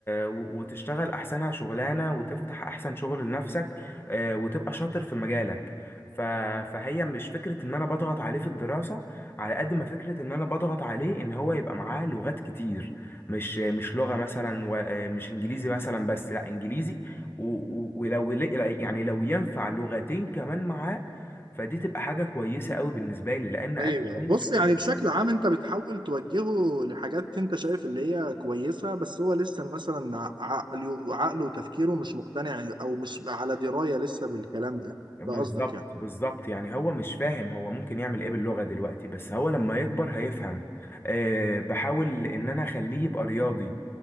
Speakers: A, on the left (about 30°); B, on the right (about 70°).
A: وتشتغل أحسنها شغلانة وتفتح أحسن شغل لنفسك آه وتبقى شاطر في مجالك ف... فهي مش فكرة إن أنا بضغط عليه في الدراسة على قد ما فكرة ان انا بضغط عليه ان هو يبقى معاه لغات كتير مش مش لغة مثلا و- آه، مش انجليزي مثلا بس لا انجليزي و- و- ولو ل- يعني لو ينفع لغتين كمان معاه فدي تبقى حاجة كويسة قوي بالنسبة لي لان انا
B: ايوه
A: شايف
B: بص
A: ان
B: يعني بشكل عام انت بتحاول توجهه لحاجات انت شايف اللي هي كويسه بس هو لسه مثلا ع- عقله عقله وتفكيره مش مقتنع او مش على درايه لسه بالكلام ده
A: بالظبط
B: ده قصدك يعني
A: بالظبط يعني هو مش فاهم هو ممكن يعمل ايه باللغة دلوقتي بس هو لما يكبر هيفهم أه بحاول ان انا اخليه يبقى رياضي